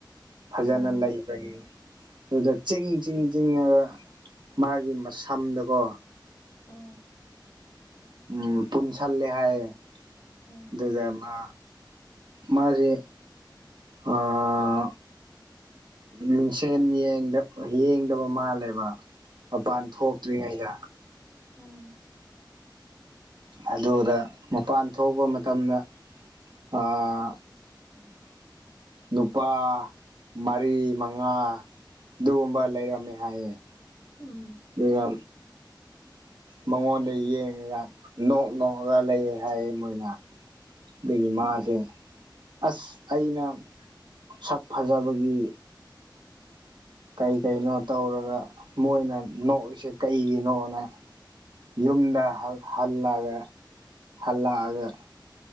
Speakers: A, on the right; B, on the left.
A: ꯐꯖꯅ
B: ꯎꯝ
A: ꯂꯩꯕꯒꯤ ꯑꯗꯨꯗ ꯆꯤꯡ ꯆꯤꯟ ꯆꯤꯡꯉꯒ ꯃꯥꯒꯤ ꯃꯁꯝꯗꯀꯣ
B: ꯎꯝ
A: ꯎꯝ ꯄꯟꯁꯜꯂꯦ ꯍꯥꯏꯌꯦ
B: ꯎꯝ
A: ꯗꯨꯗ ꯃꯥ ꯃꯥꯁꯦ ꯑꯥ ꯃꯤꯡꯁꯦꯜ ꯌꯦꯡꯗ ꯌꯦꯡꯗꯕ ꯃꯥꯜꯂꯦꯕ ꯃꯄꯥꯟ ꯊꯣꯛꯇ꯭ꯔꯤꯉꯩꯗ
B: ꯎꯝ
A: ꯑꯗꯨ ꯃꯄꯥꯟ ꯊꯣꯛꯄ ꯃꯇꯝꯗ ꯑꯥ ꯅꯨꯄꯥ ꯃꯔꯤ ꯃꯉꯥ ꯑꯗꯨꯒꯨꯝꯕ ꯂꯩꯔꯝꯃꯦ ꯍꯥꯏꯌꯦ
B: ꯎꯝ
A: ꯑꯗꯨꯒ ꯃꯉꯣꯟꯗ ꯌꯦꯡꯉꯒ ꯅꯣꯛ ꯅꯣꯛꯅꯕꯒ ꯂꯩꯌꯦ ꯍꯥꯏꯌꯦ ꯃꯣꯏꯅ ꯑꯗꯒꯤ ꯃꯥꯁꯦ
B: ꯎꯝ
A: ꯑꯁ ꯑꯩꯅ ꯁꯛ ꯐꯖꯕꯒꯤ ꯀꯩ ꯀꯩꯅꯣ ꯇꯧꯔꯒ ꯃꯣꯏꯅ ꯅꯣꯛꯏꯁꯦ ꯀꯩꯒꯤꯅꯣꯅ ꯌꯨꯝꯗ ꯍꯜꯂꯒ ꯍꯜꯂꯛꯑꯒ